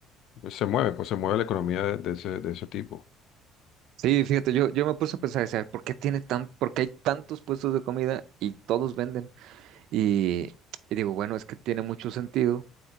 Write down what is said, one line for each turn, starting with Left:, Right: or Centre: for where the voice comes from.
Left: pues, se mueve, pues se mueve la economía de, de ese, de ese tipo.
Right: Sí, fíjate, yo, yo me puse a pensar, o sea, ¿por qué tiene tan, por qué hay tantos puestos de comida y todos venden? Y, y digo, bueno, es que tiene mucho sentido